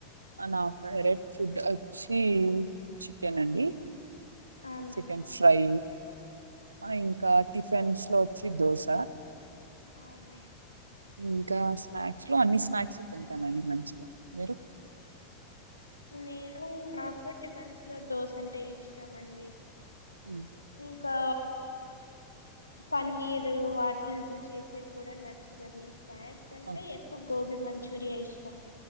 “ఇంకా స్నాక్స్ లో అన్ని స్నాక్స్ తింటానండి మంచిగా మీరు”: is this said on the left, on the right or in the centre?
Right